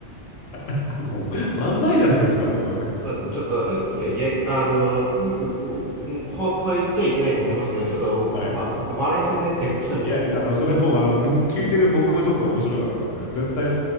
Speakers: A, on the left; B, on the right.
A: <laughs> もう、漫才じゃないですか、もうそれ。
B: そうですね。ちょっと、いや、いや、あの、うううんこ、これ言っちゃいけないと思いますけど、ちょっとわ、
A: はい。
B: 笑いそうになっちゃいました。
A: いや、あの、それはもう、あの、僕、聞いてる僕もちょっと面白かったんで、絶対、